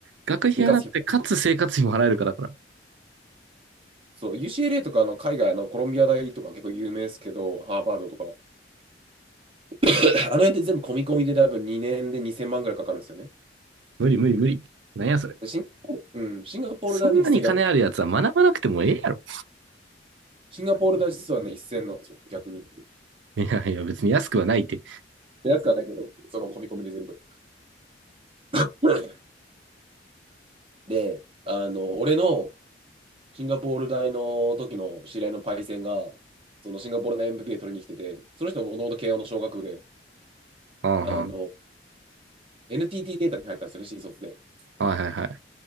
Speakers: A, on the right (about 80°); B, on the right (about 30°).
A: 学費払って、
B: 生活費。
A: かつ生活費も払えるかだから。
B: そう、UCLA とかあの海外のコロンビア大とか結構有名ですけど、ハーバードとか。<coughs> あの辺って全部込み込みで多分2年で2000万ぐらいかかるんですよね。
A: 無理無理無理。なんやそれ。
B: でシンガポール、うん、シンガポール大ね、
A: そんなに金あるやつは学ばなくてもええやろ。
B: 実はシンガポール大使はね、一線なんですよ、逆に。
A: <laughs> いやいや、別に安くはないって。
B: で安くはないけど、その込み込みで全部。<laughs> で、あの、俺のシンガポール大の時の知り合いのパイセンが、そのシンガポール大 m p で取りに来てて、その人ももともと慶応の小学部で、
A: うんうん。
B: あの、NTT データに入ったんですよね、新卒で。
A: はいはいはい。